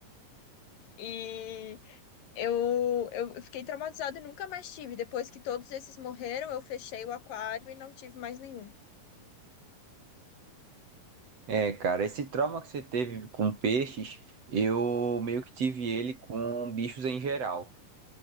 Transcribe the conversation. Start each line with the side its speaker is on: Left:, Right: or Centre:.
Left: E eu, eu fiquei traumatizada e nunca mais tive. Depois que todos esses morreram, eu fechei o aquário e não tive mais nenhum.
Right: É, cara, esse trauma que você teve com peixes, eu meio que tive ele com bichos em geral.